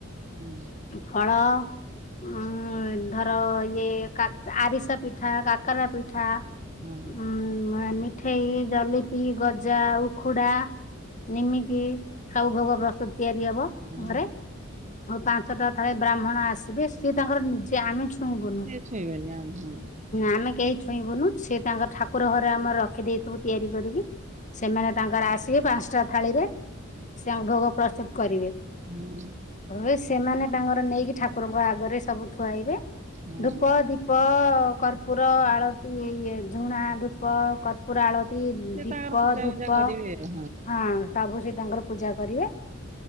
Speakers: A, on the right (about 35°); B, on the left (about 40°).
A: ହୁଁ
B: ଫଳ, ଉଁ ଧର ଇଏ, ଆରିସ ପିଠା, କାକରା ପିଠା
A: ହୁଁ
B: ଉଁ, ମା ମି ଠେଇ ଜଲିପି ଗଜା, ଉଖୁଡା ନିମିତିି ସବୁ ଭୋଗ ପ୍ରସ୍ତୁତ୍। ତିଆରି ହବ
A: ହୁଁ
B: ଘରେ। ହଁ ପାଞ୍ଚଟା ଥଳେ ବ୍ରାହ୍ମଣ ଆସିବେ, ସିଏ ତାଙ୍କର ନିଜେ ଆମେ ଛୁ ଇଁ ବୁନୁୁ,
A: ସେ ଛୁଇଁବେନି ଆଉ ହଁ।
B: ଆମେ କେହି ଛୁଇଁ ବୁନୁ। ସେ ତାଙ୍କର ଠାକୁର ଘରେ ଆମର ରଖି ଦେଇେଇଥିବୁ ତିଆରି କରିକି। ସେମାନେ ତାଙ୍କର ଆସି ଟିକେ ପାଞ୍ଚଟା ଥାଳିରେ, ସେ ଆମ ଭୋଗ ପ୍ରସ୍ତୁତ୍ କରିବେ।
A: ହୁଁ।
B: ହ ସେମାନେ ତାଙ୍କର ନେଇକି ଠାକୁରଙ୍କ ଆଗରେ ସବୁ ଥୁଆଇବେ।
A: ହଁ।
B: ଧୂପ, ଦୀପ ଧୂପ, କର୍ପୁର ଆଳତି ଇଏ ଝୁଣା ଧୂପ ଧୂପ କର୍ପୁର ଆଳତି
A: ସେ
B: ଦୀପ,
A: ତାଙ୍କର ପୂଜା
B: ଧୂପ
A: ଫୂଜା କରିବେ ଆଉ
B: ହଁ। ସବୁ ସେ ତାଙ୍କର ପୂଜା କରିବେ।